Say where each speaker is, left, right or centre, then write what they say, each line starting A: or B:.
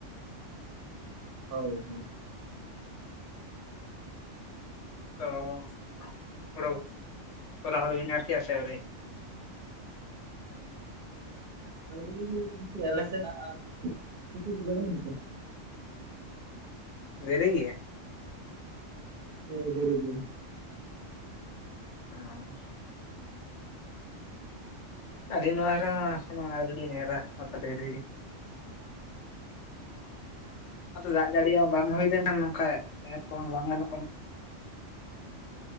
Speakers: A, on the right (about 55°); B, on the left (about 70°).
A: ᱦᱚᱭ ᱜᱮ᱾
B: <unintelligible> ᱦᱳᱲᱳ, ᱛᱚᱞᱟ ᱦᱳᱲᱳ ᱵᱤᱱ ᱮᱨ ᱠᱮᱼᱟ ᱥᱮ ᱟᱣᱨᱤ?
A: ᱟᱣᱨᱤ ᱜᱤ ᱟᱞᱮᱥᱮᱱᱟᱜ ᱟᱨ <unintelligible>
B: ᱫᱮᱨᱤ ᱜᱮᱭᱟ
A: ᱦᱮ ᱫᱮᱨᱤ ᱜᱮᱭᱟ
B: <unintelligible> ᱟᱞᱤᱧ ᱱᱚᱣᱟ ᱫᱷᱟᱨᱮ ᱦᱚ ᱮᱠᱷᱮᱱᱚ ᱟᱣᱨᱤᱞᱤᱧ ᱮᱨᱟ <unintelligible> ᱰᱮᱨᱤ ᱜᱮ ᱟᱫᱚ ᱫᱟᱜ ᱡᱟᱹᱲᱤ ᱦᱚᱸ ᱵᱟᱝ ᱦᱩᱭ ᱞᱮᱱᱠᱷᱟᱱ ᱱᱚᱝᱠᱟ ᱮᱨ ᱠᱚᱦᱚᱸ ᱵᱟᱝ ᱜᱟᱱᱚᱜ ᱠᱟᱱᱟ